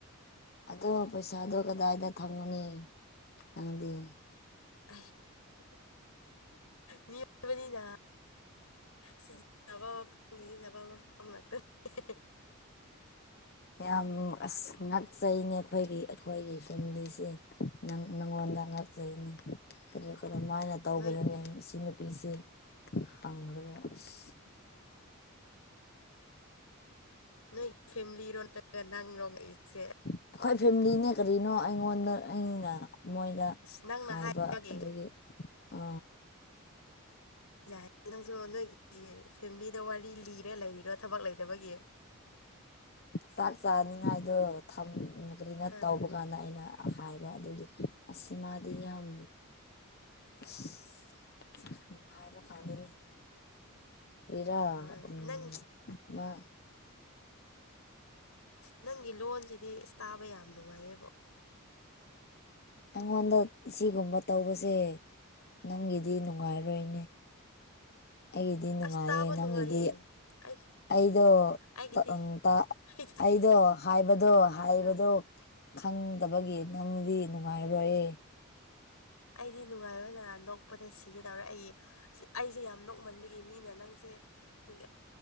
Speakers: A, on the left (about 45°); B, on the left (about 80°).
A: ꯑꯗꯣ ꯄꯩꯁꯥꯗꯣ ꯀꯗꯥꯏꯗ ꯊꯝꯒꯨꯅꯤ ꯅꯪꯗꯤ
B: ꯑꯩ ꯃꯤꯑꯣꯏꯕꯅꯤꯅ ꯁꯤꯖꯤꯟꯅꯕ ꯖꯤ ꯅꯕꯂꯣ ꯀꯝ ꯂꯛꯇꯦ ꯍꯤ-ꯍꯤ-ꯍꯤ
A: ꯌꯥꯝ ꯑꯁ ꯉꯥꯛꯆꯩꯅꯦ ꯑꯩꯈꯣꯏꯒꯤ ꯑꯩꯈꯣꯏꯒꯤ ꯐꯦꯃꯤꯂꯤꯁꯦ ꯅꯪꯉꯣꯟꯗ ꯉꯥꯛꯆꯩꯅꯤ ꯀ ꯀꯔꯃꯥꯏꯅ ꯇꯧꯕꯅꯅꯦ
B: ꯅꯣꯏꯒꯤ
A: ꯁꯤ ꯅꯨꯄꯤꯁꯦ ꯍꯪꯉꯒ ꯑꯁ
B: <inaudible> ꯅꯣꯏ ꯐꯦꯃꯤꯂꯤꯔꯣꯝꯇꯒ ꯅꯪ ꯂꯣꯡꯉꯛꯏꯁꯦ
A: ꯑꯩꯈꯣꯏ ꯐꯦꯃꯤꯂꯤꯅꯦ ꯀꯔꯤꯅꯣ ꯑꯩꯉꯣꯟꯗ ꯑꯩꯅ ꯃꯣꯏꯗ
B: ꯑꯁ ꯅꯪꯅ
A: ꯍꯥꯏꯕ
B: ꯍꯥꯏꯕꯒꯤ
A: ꯑꯗꯨꯗꯒꯤ ꯑ
B: ꯌꯥꯏ ꯅꯪꯁꯨ ꯅꯣꯏꯒꯤ ꯐꯦꯃꯤꯂꯤꯗ ꯋꯥꯔꯤ ꯂꯤꯔꯦ ꯂꯩꯔꯤꯔꯣ ꯂꯩꯕꯒꯤ
A: ꯆꯥꯛ ꯆꯥꯅꯤꯡꯉꯥꯏꯗꯣ ꯊꯝ ꯀꯔꯤꯅ
B: ꯍꯥ
A: ꯇꯧꯕ ꯀꯥꯟꯗ ꯑꯩꯅ ꯍꯥꯏꯕ ꯑꯗꯨꯒꯤ ꯑꯁ ꯃꯥꯗꯤ ꯌꯥꯝ ꯑꯁ ꯍꯥꯕ ꯈꯅꯤ ꯄꯔ
B: ꯍꯣꯏ
A: ꯎ
B: ꯅꯪ
A: ꯃꯥ
B: ꯅꯪꯒꯤ ꯂꯣꯟꯁꯤꯗꯤꯇꯥꯥꯕ ꯌꯥꯝ ꯅꯨꯡꯉꯥꯏꯌꯦꯕꯣ
A: ꯑꯩꯉꯣꯟꯗ ꯁꯤꯒꯨꯝꯕ ꯇꯧꯕꯁꯦ ꯅꯪꯒꯤꯗꯤ ꯅꯨꯡꯉꯥꯏꯔꯣꯏꯅꯦ ꯑꯩꯒꯤꯗꯤ ꯅꯨꯡꯉꯥꯏꯌꯦ
B: ꯑꯁ ꯇꯥꯕ
A: ꯅꯪꯒꯤꯗꯤ
B: ꯅꯨꯡꯉꯥꯏꯌꯦ ꯑꯩ
A: ꯑꯩꯗꯣ
B: ꯑꯩꯒꯤꯗꯤ
A: ꯇꯇ
B: ꯑꯩꯗꯤ
A: ꯑꯩꯗꯣ ꯍꯥꯏꯕꯗꯣ ꯍꯥꯏꯕꯗꯣ
B: ꯑ
A: ꯈꯪꯗꯕꯒꯤ ꯅꯪꯗꯤ ꯅꯨꯡꯉꯥꯏꯔꯣꯏ
B: ꯑꯩꯗꯤ ꯅꯨꯡꯉꯥꯏꯕ ꯑꯣꯏꯅ ꯅꯣꯛꯄꯗ ꯁꯤꯒꯦꯗꯧꯔꯦ ꯑꯩ ꯑꯩꯁꯦ ꯌꯥꯝ ꯅꯣꯛꯃꯟꯕꯒꯤ ꯃꯤꯅ ꯅꯪꯁꯦ ꯀꯨꯏ